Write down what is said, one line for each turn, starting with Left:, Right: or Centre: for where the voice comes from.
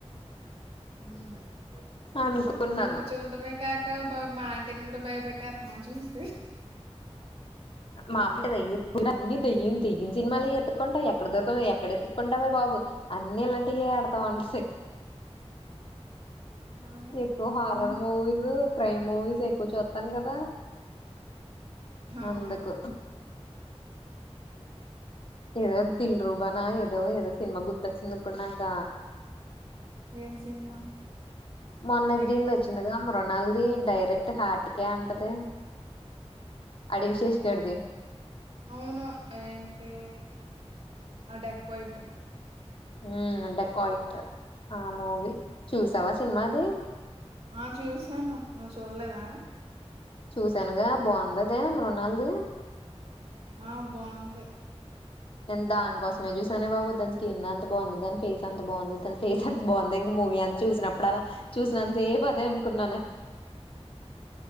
Right: హ్మ్
Left: అనుకున్నాను
Right: నువ్వు చూడ్డమే కా కా ఈ పాప మా ఆంటీని కూడా బయటపెట్టెత్త మా జూసి
Left: మా అమ్మంటది ఎప్పుడూ అన్నీ దెయ్యం దయ్యం సినిమాలు ఎతుకుంటావు ఎక్కడ దొరకవు ఎక్కడ ఎత్తుకుంటావే బాబు అన్ని అలాంటివి ఎడతావ్ అంటది
Right: ఆహా.
Left: ఎక్కువ హర్రర్ మూవీస్ క్రైమ్ మూవీస్ ఎక్కువ చూత్తాను కదా
Right: అవును
Left: అందుకు ఏదో దిల్ రూబానా ఏదో ఏదో సినిమా గుర్తొచ్చింది ఇప్పుడు నాక
Right: ఏం సినిమా
Left: మొన్న
Right: ఏ
Left: దీంది వచ్చింది గా మృనాల్ది డైరెక్ట్ హార్ట్కే అంటది అడవి
Right: బాం
Left: శేష్ గాడిది
Right: అవును ఏంటి ఆ డెకాయిట్
Left: హ్మ్మ్ డెకాయిట్ ఆ మూవీ చూసావా సినిమా అది
Right: ఆ చూసాను నువ్వు చూడలేదా
Left: చూశానుగా బాగుందది మృణాళ్ది
Right: ఆ బాగుంది
Left: నేను దాన్ కోస్మే చూసనే బాబు దాని స్కిన్ ఎంత బాగుంది దాని ఫేస్ ఎంత బాగుంది దాని ఫేస్ అంత బాగుంది ఇంక మూవీ అంత చూసినప్పుడు అలా చూసినంత సేపు అదే అనుకున్నానే